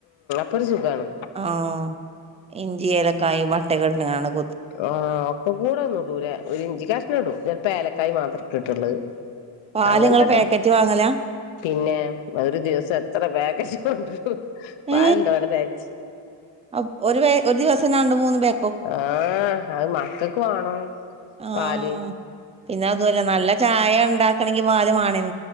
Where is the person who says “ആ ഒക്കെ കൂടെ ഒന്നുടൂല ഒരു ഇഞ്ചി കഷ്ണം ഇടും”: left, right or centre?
Left